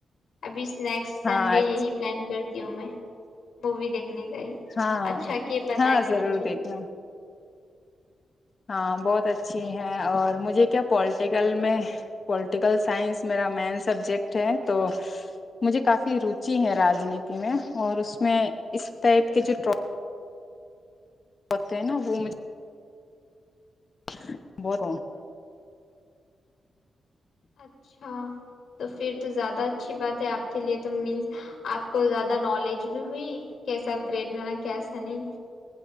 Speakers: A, on the left (about 75°); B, on the left (about 35°).
A: ابھی اسنیکسٹ سنڈے
B: ہاں
A: یہی پلان کرتی ہوں میں مووی دیکھ نے گئی
B: ہاں
A: اچھا کہ بتا
B: ہاں
A: کے
B: ضرور
A: مجھے
B: دیکھنا ہاں بہت اچھی ہے اور مجھے کیا پولٹیکل میں پولٹیکل سائنس میرا مین سبجیکٹ ہے تو مجھے کافی روچی ہے راجنیتی میں اور اس میں اس ٹائپ کے جوٹر ہوتے ہیں نا وہ مج جھ بڑ
A: اچھا تو پھر تو زیادہ اچھی بات ہے آپ کے لیے تو مینس آپ کو زیادہ نالج بھی ہوئی کیساتھ کریٹ میںنا کیسا نہیں